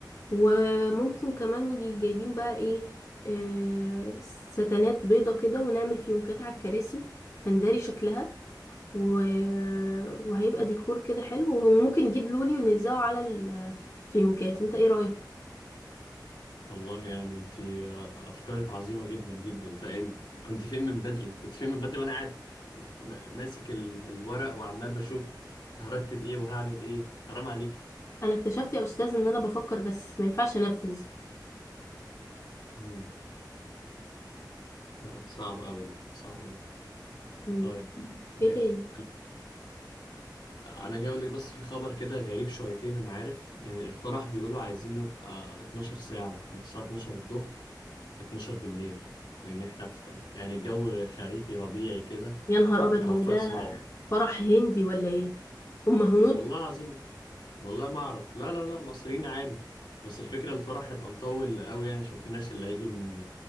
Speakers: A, on the left; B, on the left.
A: وممكن كمان نيجي جايبين بقى ايه آه ستانات بيضه كده ونعمل فيونكات على الكراسي فنداري شكلها و... وهيبقى ديكور كده حلو وممكن نجيب لولي ونلزقه على الفيونكات انت ايه رايك
B: والله يعني انت افكارك عظيمة جدا جدا طيب يعني كنت فين من بدري كنت فين من بدري وانا قاعد م- ماسك ال- الورق وعمال بشوف هرتب ايه وهعمل ايه حرام عليك
A: انا اكتشفت يا استاذ ان انا بفكر بس ما ينفعش انفذ
B: مم. لا، صعبة قوي دي صعبة قوي
A: مم.
B: طيب ماشي
A: ايه تاني
B: انا جاي اقول لك بس في خبر كده غريب شويتين انا عارف يعني الفرح بيقولوا عايزين يبقى 12 ساعة من الساعة 12 الظهر ل 12 بالليل لان احنا في يعني الجو خريفي ربيعي كده
A: يا نهار ابيض
B: يعني
A: هو
B: وفاء
A: ده
B: صعاب
A: فرح هندي ولا ايه ام هنود
B: والله العظيم والله ما اعرف لا لا لا مصريين عادي بس الفكرة الفرح هيبقى مطول قوي يعني عشان في ناس اللي هيجي من